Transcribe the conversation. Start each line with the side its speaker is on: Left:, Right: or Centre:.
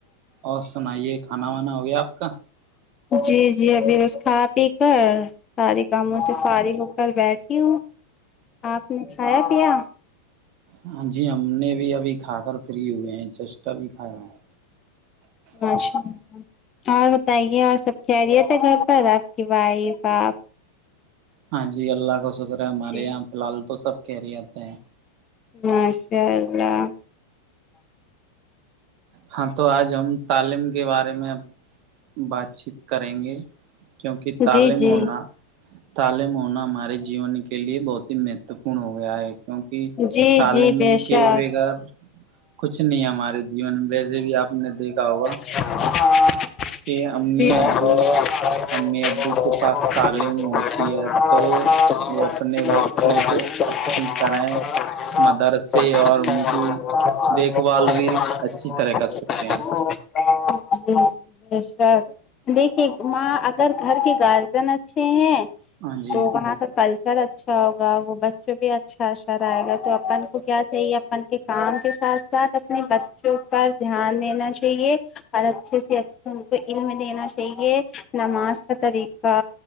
Right: اور سنائیے کھانا وانا ہو گیا آپ کا
Left: جی جی ابھی بس کھا پی کر سارے کاموں سے
Right: جی
Left: فارغ ہو کر بیٹھی ہوں آپ نے کھایا پیا
Right: ہاں جی ہم نے بھی ابھی کھا کر فری ہوئے ہیں چسٹ ابھی کھایا ہے
Left: اچھا اور بتائیے اور سب خیریت ہے گھر پر آپ کی وائف آپ
Right: ہاں جی اللہ کا شکر ہے ہمارے
Left: جی
Right: یہاں فی الحال تو سب خیریت ہیں
Left: ماشاء اللہ
Right: ہاں تو آج ہم تعلیم کے بارے میں اب ہم بات چیت کریں گے کیونکہ تعلیم
Left: جی جی
Right: ہونا تعلیم ہونا ہمارے جیون کے لیے بہت ہی مہت مہتپورن ہو گیا ہے کیونکہ
Left: جی
Right: تعلیم
Left: جی بے
Right: کے
Left: شک
Right: بغیر کچھ نہیں ہمارے جیون میں ویسے بھی آپ نے دیکھا ہوگا
Left: <inaudible>
Right: کہ امی ابو امی ابو
Left: <inaudible>
Right: کے پاس تعلیم ہوتی ہے تو وہ اپنے بچوں
Left: <inaudible>
Right: کو اچھی طرح مدرسے اور ان
Left: <inaudible>
Right: کی دیکھ بھال بھی اچھی طرح کر سکتے ہیں
Left: جی جی بے شک دیکھیے ماں اگر گھر کے گارجین اچھے ہیں
Right: ہاں جی
Left: تو وہاں کا کلر سر اچھا ہوگا وہ بچوں بھی اچھا سر آئے گا تو اپن کو کیا چاہیے اپن کے کام کے ساتھ ساتھ اپنے بچوں پر دھیان دینا چاہیے اور اچھے سے اچھے ان کو علم دینا چاہیے نماز کا طریقہ